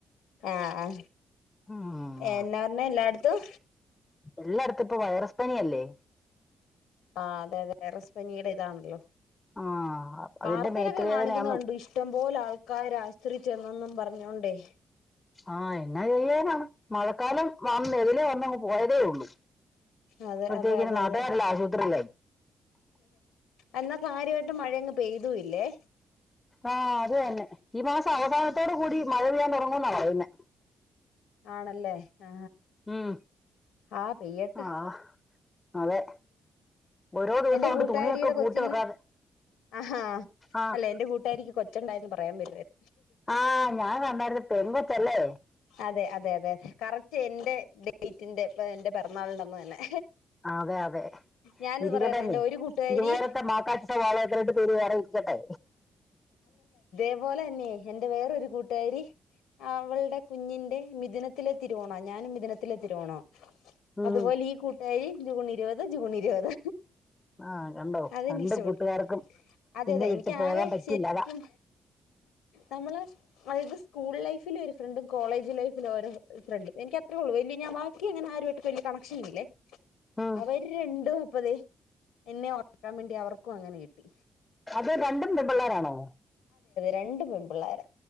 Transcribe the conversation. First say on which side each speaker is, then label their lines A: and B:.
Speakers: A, on the left; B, on the left.
A: ആഹ
B: ഉം
A: എന്നാ പറഞ്ഞെ എല്ലായിടത്തും
B: എല്ലായിടത്തും ഇപ്പൊ വൈറസ് പനീ അല്ലേ
A: ആഹ് അതെ അതെറസ് പനിയുടെ ഇതാണല്ലോ
B: ആഹ് അതിന്റെ
A: വാർത്തയിലൊക്കെ
B: മേത്ത് വേദനയാന്നും
A: കാണിക്കുന്ന കണ്ടു ഇഷ്ടം പോലെ ആൾക്കാരെ ആശ്രയിച്ചെന്നൊന്നെന്നും പറഞ്ഞോണ്ടേ
B: ആഹ എന്നാ ചെയ്യാനാണ് മഴക്കാലം വന്ന് എതിലേ വന്നങ്ങ് പോയതേ ഉള്ളു
A: അതെ
B: അപ്പത്തേക്കിന്
A: അതെ അതെ
B: നാട്ടുകാരെല്ലാം
A: അതെ
B: ആശുപത്രില്ല
A: എന്നാ കാര്യമായിട്ട് മഴ അങ്ങ് പെയ്തുല്ലേ
B: ആഹ അത് തന്നെ ഈ മാസം അവസാനത്തോട് കൂടി മഴ പെയ്യാൻ തുറങ്ങുന്നാ പറയുന്നേ
A: ആണല്ലേ ആ
B: ഉം
A: ആ പെയ്യട്ട്
B: ആഹ് അതെ ഓരോ ദിവസം
A: എന്റെ
B: കൊണ്ട്
A: കൂട്ടാരിയുടെ
B: തുണിയൊക്കെ
A: കൊച്ചിന്ന്
B: കൂട്ടി വെക്കാതെ
A: ആഹാ
B: ആഹ്
A: അല്ല എൻറെ കൂട്ടാരിക്ക് കൊച്ചുണ്ടായിരുന്നു പറ പറയാൻ വരുമായിരുന്നു
B: ആഹ ഞാൻ വന്നരപെണ്ണകൊച്ചാലെ
A: അതെ അതെ അതെ അതെ കറക്റ്റ് എന്റെ ഡേറ്റിന്റെ എന്റെ പിറന്നാളിന്റെ അന്ന് തന്നെ
B: അതെ അതെ
A: ഞാനിത്
B: ഇരിക്ക
A: പറയായിരുന്നു എന്റെ ഒരു കൂട്ടുകാരി
B: ഇതുപോലത്തെ മാക്കാട്ട സവാളയത്തിലിട്ട് പീര് വേറെ കുടിക്കട്ടെ
A: അതുപോലെ തന്നെ എന്റെ വേറൊ ഒരു കൂട്ടുകാരി അവളുടെ കുഞ്ഞിന്റെ മിഥുനത്തിലെ തിരുവോണോ ഞാനും മിഥുനത്തിലെ തിരുവോണോ
B: ഉം
A: അതുപോലെ ഈ കൂട്ടുകാരി ജൂൺ ഇരുപത് ജൂൺ ഇരുപത്
B: ആഹ് കണ്ടോ
A: അതെനിക്ക്
B: രണ്ട്
A: ഇഷ്ടപ്പെട്ടു
B: കൂട്ടുകാർക്കും
A: അതെ
B: നിന്നെ
A: അതെ
B: വിട്ട്
A: എനിക്ക്
B: പോകാൻ
A: ആകെ
B: പറ്റില്ല
A: ശരിക്കും
B: അതാ
A: നമ്മള് അതത് സ്കൂൾ ലൈഫിൽ ഒരു ഫ്രണ്ടും കോളേജ് ലൈഫിൽ ഓരോ ഫ്രണ്ട് എനിക്ക് അത്രേള്ള വലല് ഞാൻ ബാക്കി അങ്ങനെ ആരുമായിട്ട് വലിയ കണക്ഷൻ ഇല്ലേ
B: ഉം
A: അവര് രണ്ടും മുപ്പതേ എന്നെ ഉറക്കാൻ വേണ്ടി അവർക്കും അങ്ങനെ കിട്ടി
B: അത് രണ്ടും <unintelligible> പിള്ളേർാണോ
A: രണ്ട്പെൺപിള്ളേര